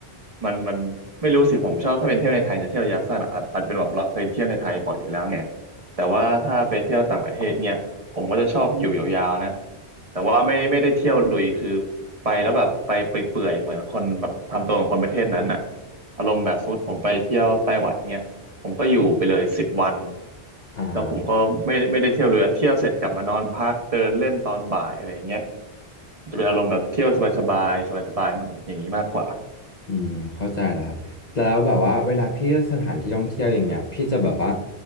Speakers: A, on the right (about 35°); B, on the left (about 45°).
A: มันมันไม่รู้สิผมชอบถ้าเป็นเที่ยวในไทยจะเที่ยวระยะสั้นอาจอาจจะเป็นแบบเราเคยเที่ยวในไทยบ่อยอยู่แล้วไงแต่ว่าถ้าไปเที่ยวต่างประเทศเนี่ยผมก็จะชอบอยู่ยาวๆนะแต่ว่าไม่ไม่ได้เที่ยวลุยคือไปแล้วแบบไปเปื่อยๆเหมือนคนแบบทำตัวของคนประเทศนั้นน่ะอารมณ์แบบสมมติผมไปเที่ยวไต้หวันเนี่ย ผมก็อยู่ไปเลยสิบวัน
B: อ่า
A: แล้วผมก็ไม่ไม่ได้เที่ยวเลยเที่ยวเสร็จกลับมานอนพักเดินเล่นตอนบ่ายอะไรอย่างเงี้ยจะเป็นอารมณ์แบบเที่ยวสบายๆสบายๆมันอย่างนี้มากกว่า
B: อืมเข้าใจแล้วครับแล้วแบบว่าเวลาพี่เลือกสถานที่ท่องเที่ยวอย่างเงี้ยพี่จะแบบว่า